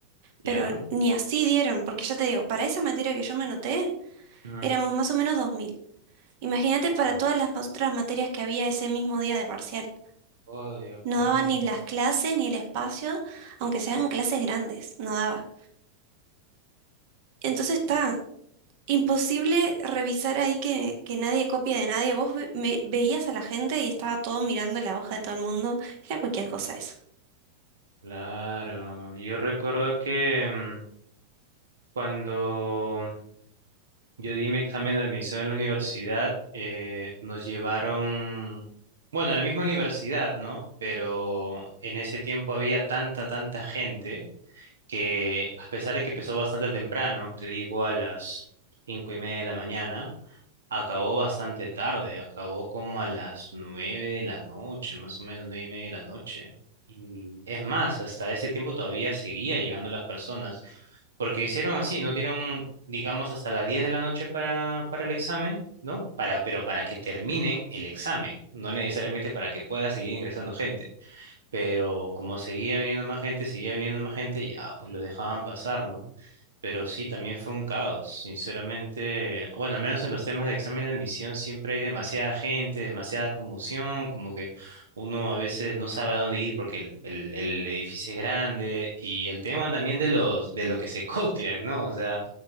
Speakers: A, on the right; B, on the right.
A: Pero
B: Ya.
A: ni así dieron, porque ya te digo, para esa materia que yo me anoté,
B: ujú.
A: éramos más o menos 2.000. Imagínate
B: Ah,
A: para
B: la
A: todas las ma- otras materias que había ese mismo día de parcial.
B: joya,
A: No
B: claro.
A: daba ni las clases ni el espacio, aunque sean clases grandes, no daba. Entonces está. Imposible revisar ahí que, que nadie copia de nadie. Vos ve- me- veías a la gente y estaba todo mirando la hoja de todo el mundo. Era cualquier cosa eso.
B: Claro, yo recuerdo que mm, cuando yo di mi examen de admisión en la universidad, eh, nos llevaron, bueno, a la misma universidad, ¿no? Pero en ese tiempo había tanta, tanta gente que a pesar de que empezó bastante temprano, te digo a las cinco y media de la mañana, Acabó bastante tarde, acabó como a las nueve de la noche, más o menos nueve y media de la noche. Y es más, hasta ese tiempo todavía seguía llegando las personas, porque hicieron así, no dieron, digamos, hasta las 10 de la noche para, para el examen, ¿no? Para, pero para que terminen el examen, no necesariamente para que pueda seguir ingresando gente. Pero como seguía viniendo más gente, seguía viniendo más gente, ya, pues lo dejaban pasar, ¿no? Pero sí, también fue un caos, sinceramente. Bueno, al menos en los temas de examen de admisión siempre hay demasiada gente, demasiada conmoción, como que uno a veces no sabe a dónde ir porque el, el- el edificio es grande y el tema también de los de lo que se <laughs> copia, ¿no? O sea,